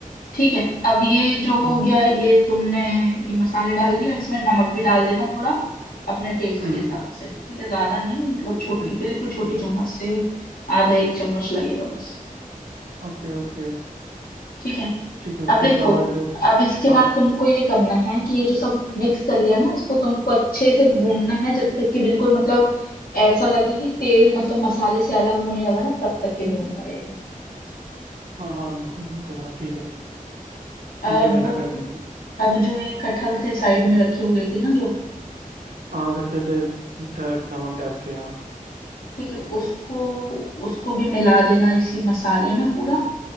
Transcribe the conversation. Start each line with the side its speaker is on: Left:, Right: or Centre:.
Left: ठीक है अब ये जो हो
Right: हम्म
Left: गया ये तुमने ये मसाले डाल दिए अब इसमें नमक भी डाल देना थोड़ा अपने टेस्ट
Right: हम्म
Left: के हिसाब से ठीक है ज्यादा नहीं मतलब छोटी
Right: ठीक है
Left: बिल्कुल छोटी
Right: ठीक है
Left: चम्मच से आधा एक चम्मच लगेगा बस
Right: Okay okay
Left: ठीक है
Right: ठीक है उसके
Left: अब देखो
Right: बाद
Left: अब इसके
Right: हाँ
Left: बाद तुमको ये करना है कि ये जो सब मिक्स कर लिया ना इसको तुमको अच्छे से भूनना है जब तक कि बिल्कुल मतलब ऐसा लगे कि तेल मतलब मसाले से अलग होने लगा ना तब तक के भूनना रहेगा
Right: हाँ हाँ बिल्कुल बिल्कुल हाँ ठीक है
Left: अब
Right: ठीक है वैसा कर लेंगे
Left: अब जो ये कटहल थे साइड में रखे हुए थे ना जो
Right: हाँ रखे थे त- नमक डाल के हाँ
Left: ठीक है उसको उसको भी मिला देना इसी मसाले में पूरा